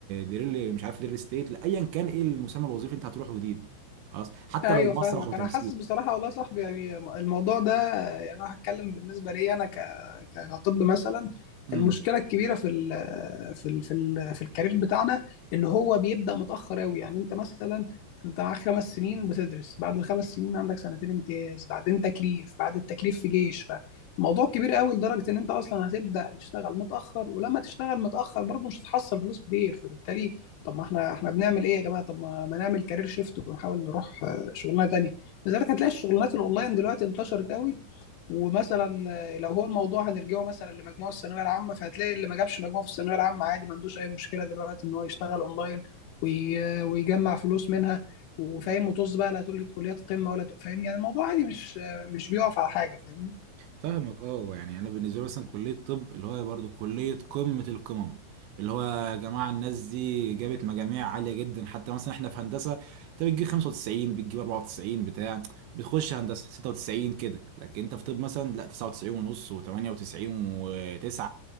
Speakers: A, on the right; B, on the left.
A: لريل مش عارف ريل استيت لايا كان ايه المسمى الوظيفي انت هتروحه جديد خلاص حتى
B: ايوه
A: لو
B: فاهمك
A: مسرح وتمثيل
B: انا حاسس بصراحه والله يا صاحبي يعني الموضوع ده يعني انا هتكلم بالنسبه لي انا ك ك- كطب مثلا
A: امم
B: المشكله الكبيره في ال في ال في ال في الكارير بتاعنا ان هو بيبدا متاخر قوي يعني انت مثلا انت معاك خمس سنين بتدرس بعد الخمس سنين عندك سنتين امتياز بعدين تكليف بعد التكليف في جيش فالموضوع كبير قوي لدرجه ان انت اصلا هتبدا تشتغل متاخر ولما تشتغل متاخر برضه مش هتحصل فلوس كتير فبالتالي طب ما احنا احنا بنعمل ايه يا جماعه طب ما ما نعمل كارير شيفت ونحاول نروح شغلانه تانية لذلك هتلاقي الشغلانات الاونلاين دلوقتي انتشرت قوي ومثلا آه، لو هو الموضوع هنرجعه مثلا لمجموع الثانويه العامه فهتلاقي اللي ما جابش مجموع في الثانويه العامه عادي ما عندوش اي مشكله دلوقتي ان هو يشتغل اونلاين وي... ويجمع فلوس منها وفاهم وطز بقى لا تقول لي كليات قمه ولا ت- فاهم يعني الموضوع عادي مش آه، مش بيقف على حاجه فاهم
A: فاهمك اه يعني انا بالنسبه لي مثلا كليه الطب اللي هو برضو كليه قمه القمم اللي هو يا جماعه الناس دي جابت مجاميع عاليه جدا حتى مثلا احنا في هندسه انت بتجيب 95 بتجيب 94 بتاع بتخش هندسه 96 كده لكن انت في طب مثلا لا 99 ونص و98 و9